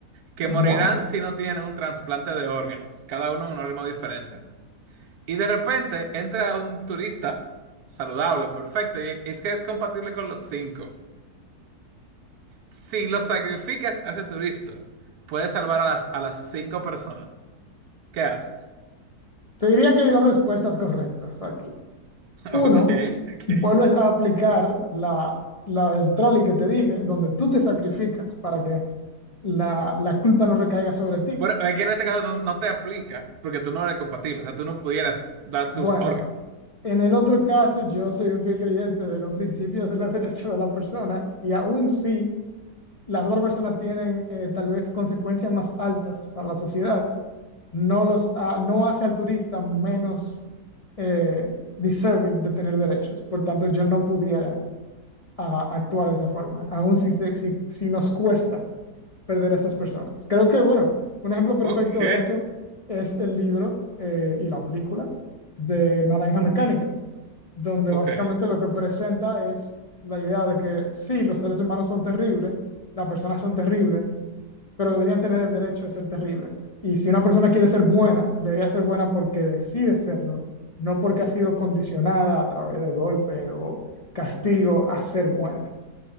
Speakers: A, on the right; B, on the left.
A: que
B: Demonios.
A: morirán si no tienen un trasplante de órganos, cada uno un órgano diferente. Y de repente entra un turista saludable, perfecto, y es que es compatible con los cinco. Si lo sacrificas a ese turista, puedes salvar a las, a las cinco personas. ¿Qué haces?
B: Te diría que hay dos respuestas correctas aquí.
A: <laughs>
B: Uno,
A: Ok, ok.
B: vuelves a aplicar la, la del trolley que te dije, donde tú te sacrificas para que la, la culpa no recaiga sobre ti.
A: Bueno, es que en este caso no, no te aplica porque tú no eres compatible, o sea, tú no pudieras dar
B: Bueno,
A: tus órganos.
B: En el otro caso, yo soy un fiel creyente de los principios de los derechos de la persona y aún si las otras personas tienen eh, tal vez consecuencias más altas para la sociedad, no, los, ah, no hace al turista menos eh, deserving de tener derechos. Por tanto, yo no pudiera ah, actuar de esa forma, aún si, se- si, si nos cuesta perder a esas personas. Creo que, bueno, un ejemplo perfecto
A: Ok,
B: de eso es el libro eh, y la película de Naranja Mecánica donde
A: ok,
B: básicamente lo que presenta es la idea de que sí, los seres humanos son terribles, las personas son terribles, pero deberían tener el derecho de ser terribles. Y si una persona quiere ser buena, debería ser buena porque decide serlo, no porque ha sido condicionada a través de golpes o castigo a ser buenas.